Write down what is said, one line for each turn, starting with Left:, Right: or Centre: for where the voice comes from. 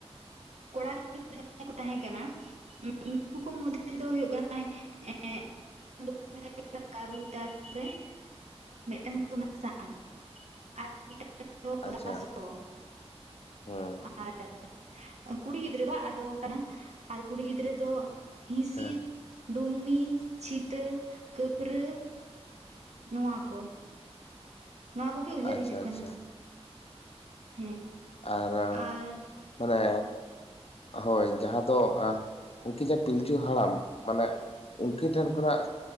Right: ᱠᱚᱲᱟ ᱜᱤᱫᱽᱨᱟᱹ ᱡᱟᱦᱟᱸᱭ ᱠᱚ ᱛᱟᱦᱮᱸ ᱠᱟᱱᱟ ᱩᱱᱠᱩ ᱠᱚ ᱢᱚᱫᱽᱫᱷᱮ ᱨᱮᱫᱚ ᱦᱩᱭᱩᱜ ᱠᱟᱱᱟ ᱦᱮᱸ ᱫᱚᱠᱚ ᱢᱮ ᱠᱟᱹᱨᱩ ᱛᱟᱨᱼ ᱯᱚᱨᱮ ᱢᱤᱫᱴᱟᱝ ᱫᱚ ᱠᱚ ᱢᱮ <unintelligible> ᱟᱨ ᱢᱤᱫᱴᱟᱝ <unintelligible>
Left: ᱟᱪᱪᱷᱟ ᱦᱩᱸ
Right: ᱟᱨ ᱠᱩᱲᱤ ᱜᱤᱫᱽᱨᱟᱹ ᱵᱟ ᱟᱫᱚ ᱠᱟᱱᱟ ᱟᱨ ᱠᱩᱲᱤ ᱜᱤᱫᱽᱨᱟᱹ ᱫᱚ ᱦᱤᱥᱤ
Left: ᱦᱮᱸ
Right: ᱰᱩᱢᱱᱤ, ᱪᱷᱤᱛᱟᱹ, ᱠᱟᱹᱯᱨᱟᱹ ᱱᱚᱣᱟ ᱠᱚ ᱱᱚᱣᱟ ᱠᱚᱜᱮ ᱩᱭᱦᱟᱹᱨ
Left: ᱟᱪᱪᱷᱟ
Right: ᱦᱤᱡᱩᱜ ᱠᱟᱱᱟ
Left: ᱟᱪᱪᱷᱟ
Right: ᱦᱮᱸ
Left: ᱟᱨ
Right: ᱟᱨ
Left: ᱢᱟᱱᱮ ᱦᱳᱭ ᱡᱟᱦᱟᱸ ᱫᱚ ᱩᱱᱠᱤᱱ ᱡᱟᱦᱟᱸ ᱯᱤᱞᱪᱩ ᱦᱟᱲᱟᱢ ᱢᱟᱱᱮ ᱩᱱᱠᱤᱱ ᱴᱷᱮᱱ ᱠᱷᱚᱱᱟᱜ